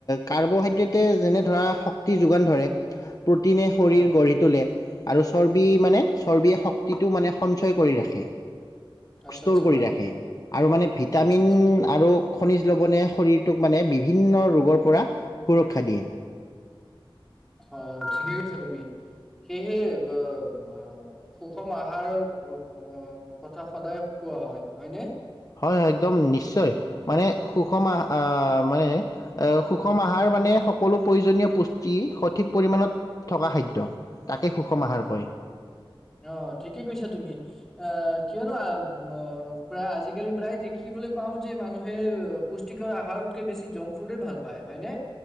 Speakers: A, on the left; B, in the centre.
A: কাৰ্বহাইড্ৰেটে যেনে ধৰা শক্তি যোগান ধৰে প্ৰটিনে শৰীৰ
B: হয়
A: গঢ়ি তোলে আৰু চৰ্বি মানে চৰ্বিয়ে শক্তিটো মানে সঞ্চয় কৰি ৰাখে
B: আচ্ছা
A: ষ্টৰ
B: আচ্ছা
A: কৰি
B: হয়
A: ৰাখে
B: নেকি
A: আৰু মানে ভিটামিন
B: আচ্ছা আচ্ছা
A: আৰু খনিজ লৱণে শৰীৰ বিভিন্ন ৰোগৰ পৰা সুৰক্ষা দিয়ে
B: হয় হয় ঠিকেই কৈছা তুমি সেয়েহে ব বা অ সুষম আহাৰ উ কো কথা সদায় কোৱা হয় হয়নে
A: হয় হয় একদম নিশ্চয় মানে সুষম আহ আহ মানে এ সুষম আহাৰ মানে সকলো প্ৰয়োজনীয় পুষ্টি সঠিক পৰিমণত থকা খাদ্য তাকে সুষম আহাৰ কয়
B: অ ঠিকেই কৈছা তুমি আহ কিয়নো আ ব প্ৰায় আজিকালি প্ৰায় দেখিবলৈ পাও যে মানুহে পুষ্টিকৰ আহাৰতকে বেছি জংক ফুডে ভাল পায় হয়নে